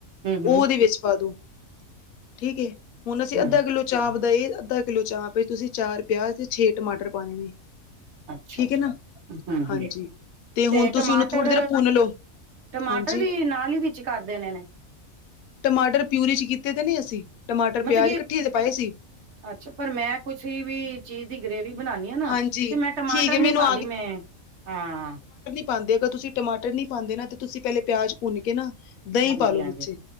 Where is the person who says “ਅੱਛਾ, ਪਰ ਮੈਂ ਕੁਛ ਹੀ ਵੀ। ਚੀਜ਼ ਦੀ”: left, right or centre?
Right